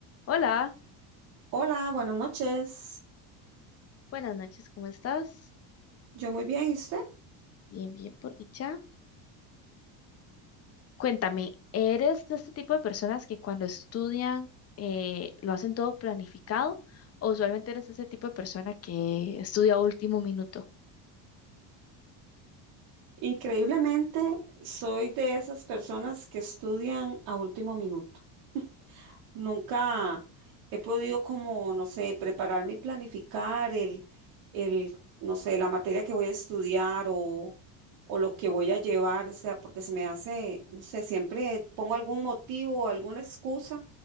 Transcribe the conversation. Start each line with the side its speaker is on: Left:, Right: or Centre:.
Left: Hola,
Right: Hola, buenas noches.
Left: buenas noches, ¿cómo estás?
Right: Yo muy bien, ¿y usted?
Left: Bien, bien, por dicha. Cuéntame, ¿eres de este tipo de personas que cuando estudian eh, lo hacen todo planificado o usualmente eres ese tipo de persona que estudia a último minuto?
Right: Increíblemente, soy de esas personas que estudian a último minuto. Nunca he podido como, no sé, prepararme y planificar el, el, no sé, la materia que voy a estudiar o, o lo que voy a llevar, o sea, porque se me hace, no sé, siempre pongo algún motivo, alguna excusa